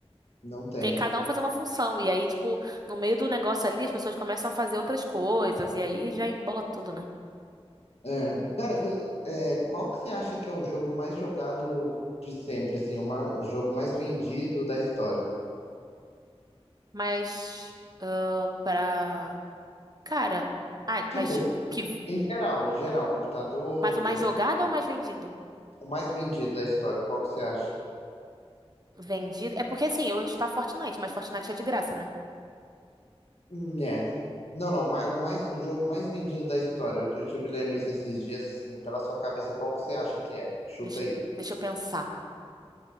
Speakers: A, on the left; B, on the right.
A: não tem.
B: Tem cada um fazer uma função, e aí, tipo, no meio do negócio ali, as pessoas começam a fazer outras coisas, e aí já embola tudo, né?
A: É, cara, se- é, qual que você acha que é o jogo mais jogado de sempre, assim, o, ma- o jogo mais vendido da história?
B: Mas, ah, pra. Cara, ah,
A: Tipo,
B: mas de que.
A: em geral, em geral, computador,
B: Mas
A: videogame,
B: o mais jogado ou o mais vendido?
A: o mais vendido da história, qual que você acha?
B: Vendido. É porque, assim, eu ia chutar Fortnite, mas Fortnite é de graça, né?
A: Hum, é. Não, não, ma- o mais, o jogo mais vendido da história, eu, eu tive lendo isso esses dias, assim, pela sua cabeça, qual que você acha que é? Chuta
B: Deixa,
A: aí.
B: eu- deixa eu pensar.